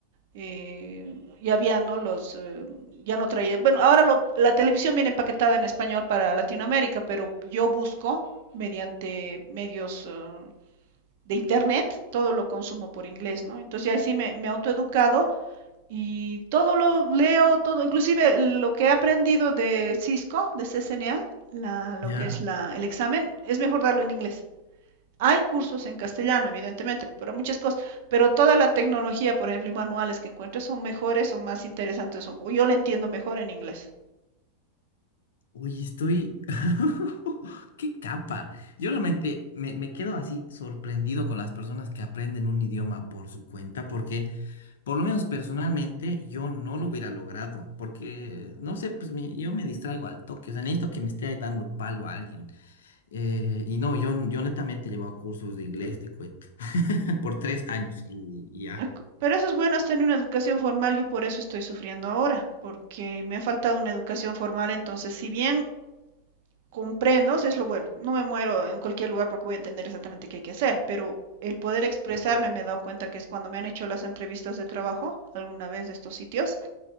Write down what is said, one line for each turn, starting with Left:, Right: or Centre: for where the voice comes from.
Right: eh, ya había, ¿no? Los, eh, ya no traía. Bueno, ahora lo, la televisión viene empaquetada en español para Latinoamérica, pero yo busco mediante medios uh, de internet, todo lo consumo por inglés, ¿no? Entonces ya sí me, me he autoeducado y todo lo leo, todo, inclusive lo que he aprendido de Cisco, de CCNA, la, lo
Left: ya.
Right: que Ya. es la, el examen, es mejor darlo en inglés. Hay cursos en castellano, evidentemente, pero muchas cosas, pero toda la tecnología, por ejemplo, y manuales que encuentro son mejores o más interesantes, o o yo lo entiendo mejor en inglés.
Left: Oye, estoy... <laughs> ¡Qué capa! Yo realmente me, me quedo así sorprendido con las personas que aprenden un idioma por su cuenta, porque por lo menos personalmente yo no lo hubiera logrado, porque, no sé, pues me- yo me distraigo al toque, o sea, necesito que me esté dando palo a alguien. Eh, y no, yo, yo netamente he llevado cursos de inglés, te cuento, <laughs> por tres años y y ya.
Right: Mm. Ac- Pero eso es bueno, es tener una educación formal, yo por eso estoy sufriendo ahora, porque me ha faltado una educación formal, entonces, si bien comprendo, si es lo bueno, no me muero en cualquier lugar porque voy a entender exactamente qué hay que hacer, pero el poder expresarme me he dado cuenta que es cuando me han hecho las entrevistas de trabajo, alguna vez de estos sitios,